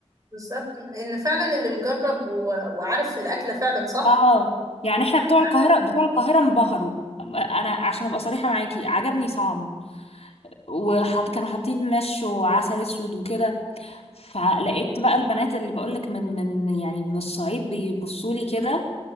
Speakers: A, on the right (about 30°); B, on the left (about 65°).
A: بالظبط ان فعلا اللي مجرب و... وعارف الاكله فعلا صح
B: اه يعني احنا بتوع القاهره
A: عارف
B: بتوع القاهره انبهروا انا عشان ابقى صريحه معاكي عجبني طعمه وحط كانوا حاطين مش وعسل اسود وكده فلقيت بقى البنات اللي بقولك من من يعني من الصعيد بيبصوا لي كده